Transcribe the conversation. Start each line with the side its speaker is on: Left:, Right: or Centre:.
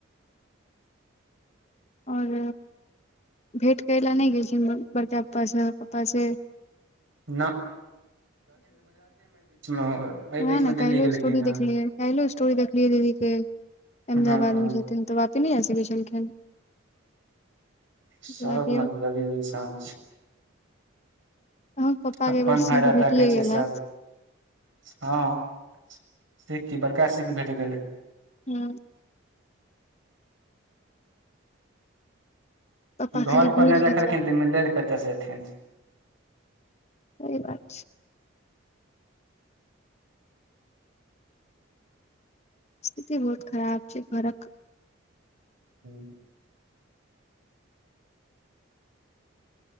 Left: आओर भेट करै लए नहि गेलखिन बड़का पापासँ पापासँ
Right: ना एहि
Left: उएह
Right: बीचमे
Left: ने
Right: दिल्ली
Left: काल्हि
Right: गेलखिन
Left: स्टोरी
Right: हँ
Left: देखलियै काल्हि स्टोरी देखलियै दीदी अहमदाबाद
Right: हूँ हूँ
Left: मे छथिथिन त बापी नहिस छलखिन
Right: सभ
Left: जा दियौ
Right: मतलबी इन्सान छै
Left: अहूँके पप्पा
Right: अपन
Left: के एहिबेर सीख
Right: फायदा
Left: भेटिए
Right: ताकै छै
Left: गेल
Right: सभ
Left: हैत
Right: हँ सख बरका सि कि भेट गेलय।
Left: हू पप्पा
Right: घर
Left: खाली
Right: पर
Left: भूलि
Right: नहि रखलखिन
Left: जाउ
Right: तऽ मिलै ल कतऽ से एथिन
Left: सहि बात छै स्थिति बहुत खराब छै घर कऽ
Right: हू